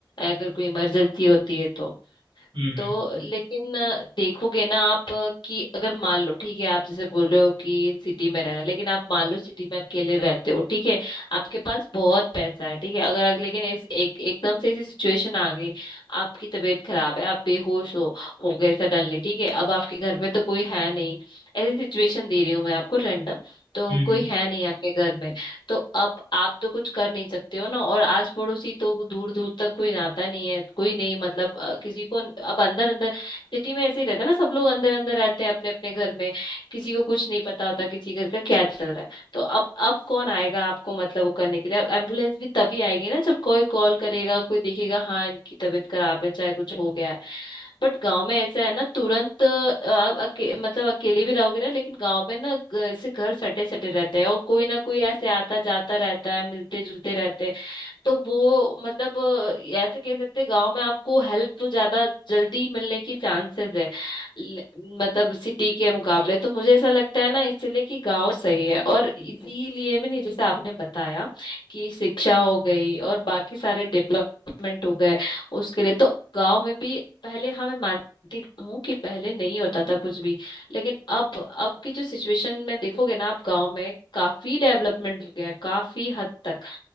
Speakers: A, on the left; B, on the right.
A: अगर कोई इमरजेंसी होती है तो
B: हम्म हम्म
A: तो लेकिन अ, देखोगे ना आप अ, कि अगर मान लो ठीक है आप जैसे बोल रहे हो कि सिटी में रहना लेकिन आप मान लो सिटी में अकेले रहते हो ठीक है आपके पास बहुत पैसा है ठीक है अगर अगर- लेकिन इस एक एकदम से ऐसी सिचुएशन आ गई आपकी तबीयत खराब है आप बेहोश हो हो गए सडनली ठीक है अब आपके घर में तो कोई है नहीं ऐसी सिचुएशन दे रही हूँ मैं आपको रैंडम तो
B: हम्म।
A: कोई है नहीं आपके घर में तो अब आप तो कुछ कर नहीं सकते हो ना और आस पड़ोसी तो दूर दूर तक कोई नाता नहीं है कोई नहीं मतलब अ, किसी को अब अंदर अंदर सिटी में ऐसे ही रहता है ना सब लोग अंदर अंदर रहते हैं अपने अपने घर में किसी को कुछ नहीं पता होता किसी घर का क्या चल रहा है तो अब अब कौन आएगा आपको मतलब वो करने के लिए अब एम्बुलेंस भी तभी आएगी ना जब कोई कॉल करेगा कोई देखेगा हाँ इनकी तबीयत खराब है चाहे कुछ हो गया है बट गांव में ऐसा है ना तुरंत अ, आप अके, मतलब अकेले भी रहोगे ना लेकिन गांव में ना ग- ऐसे घर सटे सटे रहते हैं और कोई ना कोई ऐसे आता जाता रहता है मिलते जुलते रहते हैं तो वो मतलब अ, ऐसे कह सकते हैं गांव में आपको हेल्प तो ज्यादा जल्दी मिलने की चांसेस है ल- मतलब सिटी के मुकाबले तो मुझे ऐसा लगता है ना इसीलिए कि गांव सही है और इसीलिए भी नहीं जैसे आपने बताया कि शिक्षा हो गई और बाकी सारे डेवलपमेंट हो गए उसके लिए तो गांव में भी पहले हाँ मैं मानती हूँ कि पहले नहीं होता था कुछ भी लेकिन अब अब की जो सिचुएशन में देखोगे ना आप गांव में काफी डेवलपमेंट हो गया है काफी हद तक